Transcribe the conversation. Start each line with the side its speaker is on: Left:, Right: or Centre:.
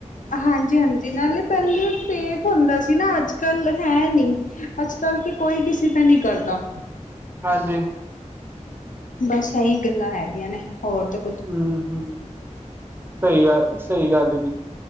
Left: ਹਾਂਜੀ-ਹਾਂਜੀ ਨਾਲੇ ਪਹਿਲੇ ਫੇਤ ਹੁੰਦਾ ਸੀ ਨਾ ਅੱਜ ਕੱਲ ਹੈ ਨੀ ਅੱਜ ਕੱਲ ਤੇ ਕੋਈ ਕਿਸੇ ਤੇ ਨਹੀਂ ਕਰਦਾ।
Right: ਹਾਂਜੀ
Left: ਬਸ ਇਹੀ ਗੱਲਾਂ ਰਹਿ ਗਈਆਂ ਨੇ ਹੋਰ ਤੇ
Right: ਹੂੰ-ਹੂੰ ਸਹੀ ਗੱਲ ਸਹੀ ਗੱਲ ਜੀ।